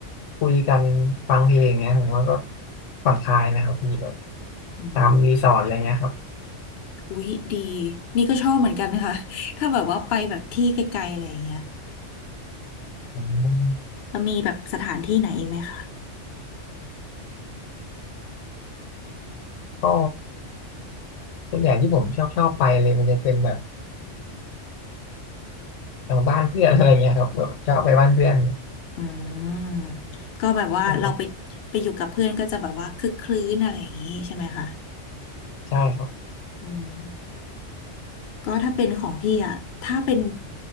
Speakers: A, on the left; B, on the left.
A: คุยกันฟังเพลงเงี้ยผมว่าก็ผ่อนคลายนะครับพี่แบบ
B: อืม
A: ตามรีสอร์ทอะไรเงี้ยครับ
B: อุ๊ยดีนี่ก็ชอบเหมือนกันนะคะ <laughs> ถ้าแบบว่าไปแบบที่ไกลๆอะไรอย่างเงี้ย
A: อม
B: แล้วมีแบบสถานที่ไหนอีกไหมคะ
A: ก็ส่วนใหญ่ที่ผมชอบชอบไปเลยมันจะเป็นแบบเอ่อบ้านเพื่อนอะไรเงี้ยครับแบบชอบไปบ้านเพื่อน
B: อืมก็แบบว่าเราไปไปอยู่กับเพื่อนก็จะแบบว่าคึกคลื้นอะไรอย่างงี้ใช่ไหมคะ
A: ชอบชอบใช่ครับ
B: อืม ก็ถ้าเป็นของพี่อะถ้าเป็น